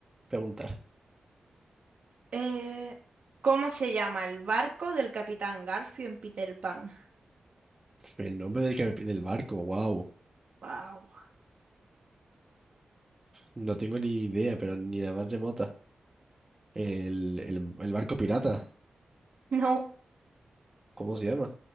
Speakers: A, on the right; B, on the right.
A: preguntar.
B: Eh, ¿cómo se llama el barco del Capitán Garfio en Peter Pan?
A: El nombre del, que- me pide el barco, wow.
B: Wow.
A: No tengo ni idea, pero ni la más remota. El, el- el barco pirata,
B: No,
A: ¿cómo se llama?